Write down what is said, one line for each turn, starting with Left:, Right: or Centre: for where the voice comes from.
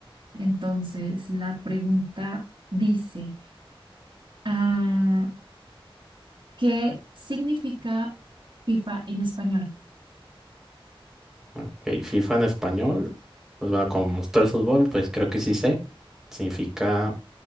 Right: Entonces, la pregunta dice, ah, ¿qué significa FIFA en español?
Centre: Ok, FIFA en español. Pues bueno, como me gusta el fútbol, pues creo que sí sé. Significa